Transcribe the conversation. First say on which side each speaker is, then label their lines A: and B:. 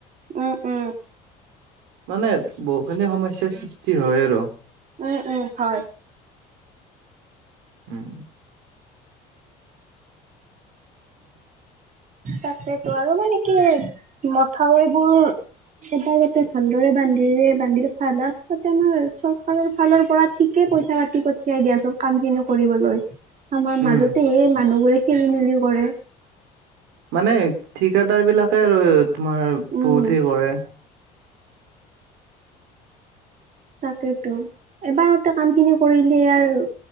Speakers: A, on the right (about 45°); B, on the right (about 80°).
A: উম উম।
B: মানে বহুখিনি সমস্যাৰ সৃষ্টি হয় আৰু
A: উম উম হয়।
B: উম <inaudible>
A: তাকেতো আৰু মানে কি মথাউৰিবোৰ। সেইটো এতিয়া ভালদৰে বান্ধিৰে বান্ধিলে ভাল লাষ্টত এনেও চৰকাৰৰ ফালৰ পৰা ঠিকে পইচা পাতি পঠিয়াই দিয়া চোন কাম খিনি কৰিবলৈ। আমাৰ মাজতেহে
B: উম
A: মানুহবোৰে খেলি মেলিও কৰে।
B: মানে ঠিকাদাৰ বিলাকে আৰু তোমাৰ
A: উম
B: বহুত হেৰি কৰে।
A: তাকেইতো এবাৰতে কাম খিনি কৰিলে আৰু